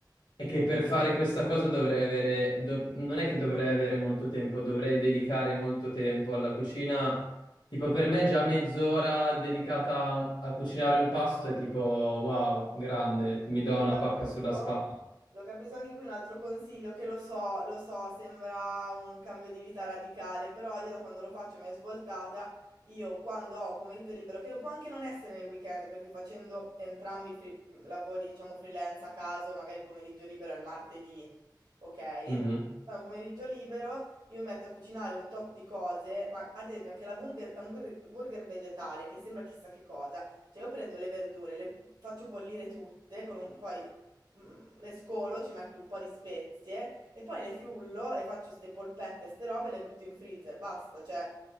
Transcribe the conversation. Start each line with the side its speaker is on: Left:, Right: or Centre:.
Left: È che per fare questa cosa dovrei avere, do- non è che dovrei avere molto tempo, dovrei dedicare molto tempo alla cucina.
Right: Sì.
Left: Tipo, per me già mezz'ora dedicata a cucinare un pasto è tipo, wow, grande, mi do
Right: Lo
Left: una
Right: capisco,
Left: pacca sulla spalla.
Right: lo capisco anche qui un altro consiglio che lo so, lo so, sembra un cambio di vita radicale, però io da quando lo faccio mi è svoltata, io quando ho un pomeriggio libero, che può anche non essere nel weekend, perché facendo entrambi i fri- lavori, diciamo freelance a caso, magari il pomeriggio libero è il martedì, ok?
Left: Mhm.
Right: Quando ho un pomeriggio libero io mi metto a cucinare un tot di cose, ma ad esempio anche la burger, la burger burger vegetale, che sembra chissà che cosa. Cioè, io prendo le verdure, le faccio bollire tutte, con un, poi mm, le scolo, ci metto un po' di spezie e poi le frullo e faccio ste polpette, ste robe e le butto in freezer. Basta, cioè,